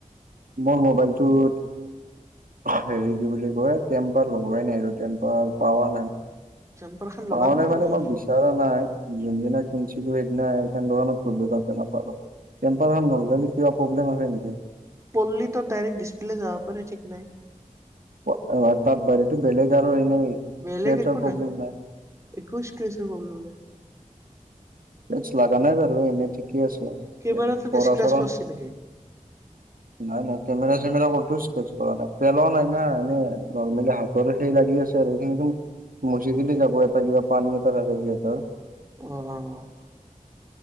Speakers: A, on the right (about 85°); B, on the right (about 20°).
A: মোৰ মোবাইলটোত হেৰি কি বুলি কয় টেম্পাৰ লগোৱাই নাই আৰু টেম্পাৰ পাৱা নাই
B: টেম্পাৰ খান
A: পাওঁ
B: লগাবি
A: নাই মানে
B: নহ'লে
A: মই বিচৰা নাই যোনদিনা শুনছিলো এইদিনা এখন হেখন দোকানত গলো নাপালো টেম্পাৰ নলবাৰী কিবা প্ৰব্লেম আছে নেকি
B: পল্লী তৰ ডাইৰেক্ট ডিছপ্লে যাব পাৰে ঠিক নাই
A: তাত বাৰীটো বেলেগ আৰু এনেই
B: বেলেগ
A: স্ক্ৰেচৰ
B: একো
A: প্ৰব্লেম
B: নাই একৈশ কে্ৰিছৰ প্ৰব্লেম <unintelligible>
A: চ লাগা নাই এনে ঠিক কি আছে
B: কেমেৰাটোত
A: পৰাচৰন
B: স্ক্ৰেচ পৰিছে নেকি
A: নাই নাই কেমেৰা ষ্টেজ কৰা নাই পেলোৱাও নাই না নৰ্মেলী হাতত লাগি আছে <unintelligible> মুছিদিলে যাব এটা কিবা পানী এটা লাগে যিহেতু <unintelligible>
B: অ অ